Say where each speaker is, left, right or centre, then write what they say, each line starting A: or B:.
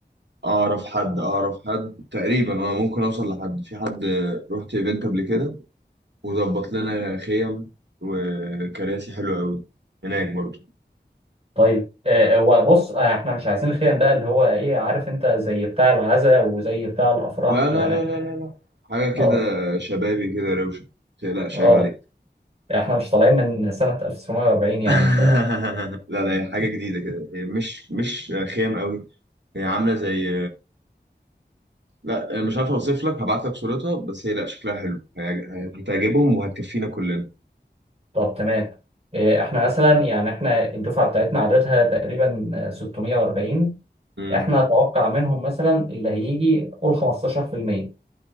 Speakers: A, on the right; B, on the right.
A: أعرف حد أعرف حد تقريبا أه ممكن أوصل لحد في حد رحت إيفنت قبل كده وظبط لنا خيم وكراسي حلوة أوي هناك برضو
B: طيب آه، وبص آه، احنا مش عايزين خيم بقى اللي هو ايه عارف انت زي بتاع العزاء وزي بتاع الافراح
A: لا
B: يعني
A: لا لا لا لا لا حاجة كده
B: اه
A: شبابي كده روشة متقلقش
B: اه
A: عيب عليك
B: احنا مش طالعين من سنة 1940 يعني
A: <laughs>
B: ف
A: لا لا هي حاجة جديدة كده هي مش مش خيام قوي هي عاملة زي لا أنا مش عارف أوصف لك هبعت لك صورتها بس هي لا شكلها حلو هي- هتعجبهم وهتكفينا كلنا
B: طب تمام آه، احنا مثلا يعني احنا الدفعة بتاعتنا عددها تقريبا آه، 640
A: امم
B: احنا اتوقع منهم مثلا اللي هيجي قول 15%